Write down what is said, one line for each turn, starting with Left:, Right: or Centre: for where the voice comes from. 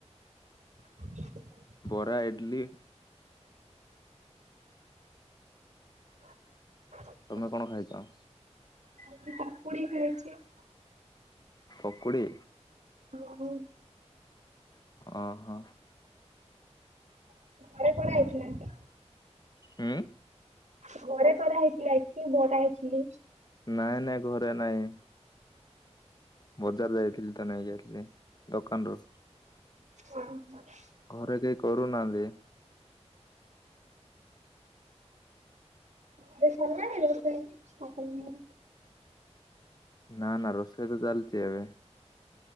Right: <unintelligible>
Left: ବରା, ଏଡ୍‌ଲି।
Right: <inaudible>
Left: ତମେ କ'ଣ ଖାଇଚ?
Right: <unintelligible>
Left: ପକୁଡ଼ି।
Right: <inaudible>
Left: <inaudible>
Right: <inaudible>
Left: ହୁଁ
Right: ଘରେ କରା ହେଇ--ଲା, ଇଟ୍ଲି, ବରା, ଇଟ୍ଲି।
Left: ନାଇଁ ନାଇଁ, ଘରେ ନାଇଁ। ବଜାର୍ ଯାଇଥିଲି ତ, ନେଇ ଆ--ଲି ଦୋକାନ୍‌ରୁୁ।
Right: ହ ହ
Left: ଘରେ କେହି କରୁ ନା--ନ୍ତି।
Right: <unintelligible>
Left: ନା ନା, ରୋଷେଇ ତ ଚାଲ୍ଚି ଏବେ।